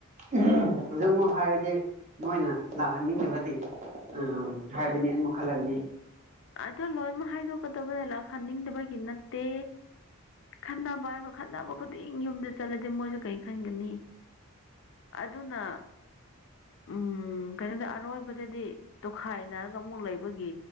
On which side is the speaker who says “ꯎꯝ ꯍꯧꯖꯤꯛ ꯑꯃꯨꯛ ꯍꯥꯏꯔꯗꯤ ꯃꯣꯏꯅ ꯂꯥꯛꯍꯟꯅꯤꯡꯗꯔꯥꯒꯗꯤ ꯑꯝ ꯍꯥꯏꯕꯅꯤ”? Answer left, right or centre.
Right